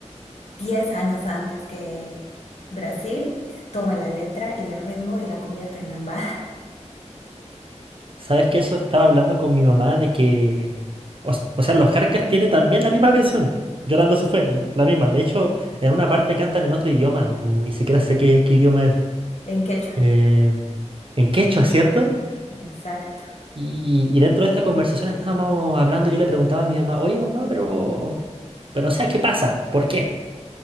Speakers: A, on the left; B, on the right.
A: 10 años antes que Brasil eh, tome la letra y el ritmo y la convierta en lambada,
B: ¿Sabes que eso estaba hablando con mi mamá de que... O, s- o sea, los Jarcas tiene también la misma canción. Llorando se fue, l- la misma. De hecho, en una parte cantan en otro idioma. Ni siquiera sé qué, qué idioma es.
A: <laughs> en quechua.
B: Eh, en quechua, ¿cierto?
A: Exacto,
B: Y, y dentro de esta conversación estábamos hablando, yo le preguntaba a mi mamá, oye mamá, pero... Pero o sea, ¿qué pasa? ¿Por qué?